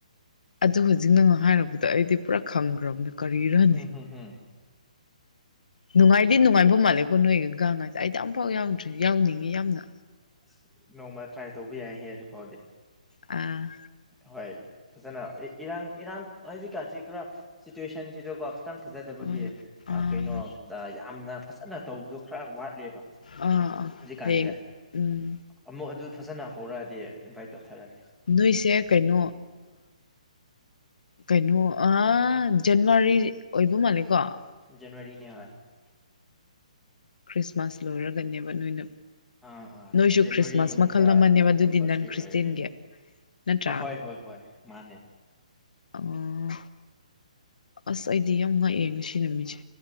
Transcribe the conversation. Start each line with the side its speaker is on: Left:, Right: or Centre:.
Left: ꯑꯗꯨ ꯍꯧꯖꯤ ꯅꯪꯅ ꯍꯥꯏꯔꯕꯗ ꯑꯩꯗꯤ ꯄꯨꯔꯥ ꯈꯪꯒ꯭ꯔꯕꯅ ꯀꯔꯤꯔꯅꯤ
Centre: ꯎꯝ ꯍꯝ ꯍꯝ
Left: ꯅꯨꯡꯉꯥꯏꯗꯤ ꯅꯨꯡꯉꯥꯏꯕ ꯃꯥꯂꯦ ꯀꯣ ꯅꯣꯏ ꯥꯡ ꯑꯩꯗꯤ ꯑꯝꯐꯥꯎ ꯌꯥꯎꯗ꯭ꯔꯤ ꯌꯥꯎꯅꯤꯡꯉꯤ ꯌꯥꯝꯅ
Centre: ꯑꯁ ꯅꯣꯡꯃ ꯇ꯭ꯔꯥꯏ ꯇꯧꯕ ꯌꯥꯏꯍꯦ ꯑꯗꯨ ꯐꯥꯎꯗꯤ
Left: ꯑ
Centre: ꯍꯣꯏ ꯐꯖꯅ ꯏꯔꯥꯡ ꯏꯔꯥꯡ ꯑꯖꯤꯗꯤ ꯀꯥꯁꯤ ꯀꯂ ꯁꯤꯆꯨꯋꯦꯁꯟꯁꯤ ꯇꯕ ꯈꯤꯇꯪ ꯐꯖꯗꯕꯒꯤ
Left: ꯑꯥ ꯑꯥ
Centre: ꯀꯩꯅꯣ ꯌꯥꯝꯅ ꯐꯖꯅ ꯇꯧꯕꯗꯣ ꯈꯔ ꯋꯥꯠꯂꯦꯕ
Left: ꯑꯥ ꯑꯥ
Centre: ꯍꯧꯖꯤꯛꯀꯥꯟꯁꯦ
Left: ꯍꯌꯦꯡ ꯎꯝ
Centre: ꯑꯃꯨꯛ ꯑꯗꯨ ꯐꯖꯅ ꯍꯧꯔꯛꯑꯗꯤ ꯏꯟꯚꯥꯏꯠ ꯇꯧꯊꯔꯒꯦ
Left: ꯅꯣꯏꯁꯦꯛ ꯀꯩꯅꯣ ꯀꯩꯅꯣ ꯑ ꯖꯅꯋꯥꯔꯤ ꯑꯣꯏꯕ ꯃꯥꯂ ꯑꯗꯨꯒꯀ
Centre: ꯖꯋꯥꯔꯤ ꯅ ꯍꯣꯏ
Left: ꯈ꯭ꯔꯤꯁ ꯈ꯭ꯔꯤꯃꯥꯁ ꯂꯣꯏꯔꯒꯅꯦꯕ ꯅꯣꯏꯅ
Centre: ꯑꯥ ꯑꯥ
Left: ꯅꯣꯏꯁꯨ
Centre: ꯖꯅꯋꯥꯔꯤ
Left: ꯈ꯭ꯔꯤꯁꯃꯥꯁ
Centre: ꯃꯅꯨꯡꯗ
Left: ꯃꯈꯜ ꯑꯃꯅꯦꯕ
Centre: ꯑꯗꯨꯝ
Left: ꯑꯗꯨꯗꯤ
Centre: ꯀꯝꯄꯜꯁꯔꯤ
Left: ꯅꯟ ꯈ꯭ꯔꯤꯁꯇꯦꯟꯒꯤ
Centre: ꯑꯣꯏꯔꯅꯤ
Left: ꯅꯠꯇ꯭ꯔꯥ
Centre: ꯑꯍꯣꯏ ꯍꯣꯏ ꯍꯣꯏ ꯃꯥꯅꯦ
Left: ꯎꯝ ꯑꯁ ꯑꯩꯗꯤ ꯌꯥꯝ ꯉꯥꯛꯑꯦ ꯉꯁꯤ ꯅꯨꯃꯤꯠꯁꯦ